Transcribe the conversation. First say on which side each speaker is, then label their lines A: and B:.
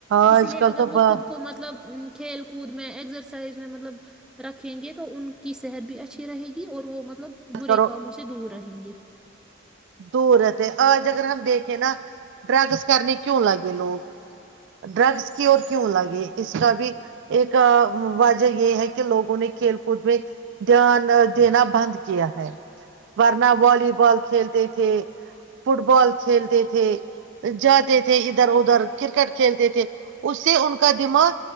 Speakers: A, on the right (about 55°); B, in the centre.
A: آج
B: اسی لیے
A: کل
B: اگر
A: تو
B: وہ
A: بات
B: خود کو مطلب کھیل کود میں ایکسرسائز میں مطلب رکھیں گے تو ان کی صحت بھی اچھی رہے گی اور وہ مطلب برے
A: کرو
B: کم اس سے دور رہ جی
A: دور رہتے آج اگر ہم دیکھیں نا ڈرگس کرنے کیوں لگے لوگ ڈرگس کی اور کیوں لگے اس کا بھی ایک وجہ یہ ہے کہ لوگوں نے کھیل کود میں دھیان دینا بند کیا ہے ورنہ والی بال کھیل تھے فٹ بال کھیلتے تھے جاتے تھے ادھر ادھر کرکٹ کھیلتے تھے اس سے ان کا دماغ